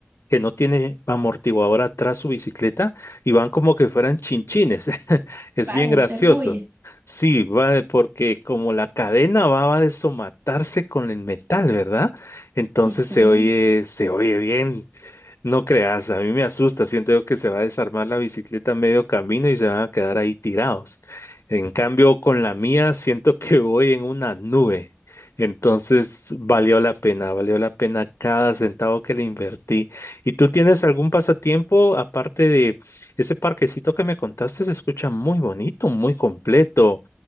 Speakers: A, on the left; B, on the right.
A: que no tiene amortiguador atrás su bicicleta y van como que fueran chinchines. <laughs> Es
B: Va
A: bien
B: a
A: gracioso.
B: hacer bulla.
A: Sí, va de- porque como la cadena va, va a desomatarse con el metal, ¿verdad? Entonces
B: Sí, pues.
A: se oye, se oye bien. No creas, a mí me asusta, siento yo que se va a desarmar la bicicleta a medio camino y se van a quedar ahí tirados. En cambio, con la mía siento que voy en una nube. Entonces, valió la pena, valió la pena cada centavo que le invertí. ¿Y tú tienes algún pasatiempo aparte de ese parquecito que me contaste? Se escucha muy bonito, muy completo,